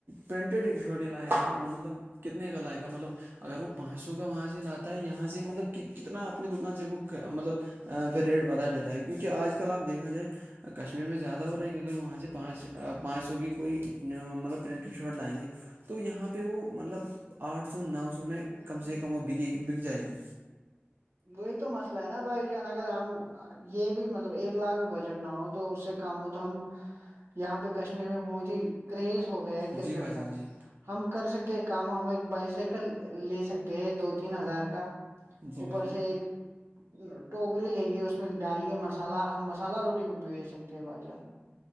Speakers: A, on the right (about 55°); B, on the right (about 85°).
A: پرنٹیڈ شوٹی لائےقا وہ مطلب کتنے کا لائےقا مطلب اگر وہ پانچ سو کا وہاں سے لاتا ہے یہاں سے مطلب کتنا اپنی دکان سے وہ مطلب پھر ریٹ بدا دیتا ہے کیونکہ آج کل آپ دیکھا جائے کشمیر فر میں زیادہ ہو رہا ہے کہ اگر وہاں سے پانچ پانچ سو کی کوئی مطلب پرنٹیڈ شاٹ لائیں گے تو یہاں پہ وہ مطلب آٹھ سو نو سو میں کم سے کم وہ بکےی بک جائے گی
B: وہی تو مسئلہ ہے نا بھائی جان اگر ہم یہ بھی مطلب ایک لاکھ بھی بجٹ نہ ہو تو اس سے کم ہو تو ہم یہاں پہ کشمیر میں بہت ہی کریز ہو گیا ہے کرکٹ
A: جی بھائی جان
B: کا
A: جی
B: ہم کر سکتے کام ہم ایک بائی سائیکل لے سکتے ہیں دو تین ہزار کا
A: جی
B: اوپر
A: بھائی جان
B: سے ایک ٹوکری لیں گی اس اس میں ڈالیں گے مسالحہ ہم مالہ روٹی بھیچ سکتے ہیں بھائی جان